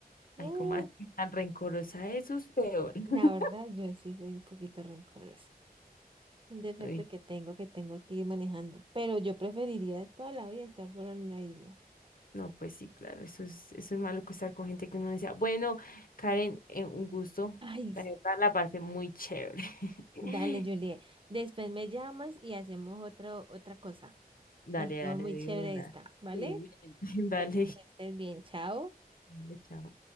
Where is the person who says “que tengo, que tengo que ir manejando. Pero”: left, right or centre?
Right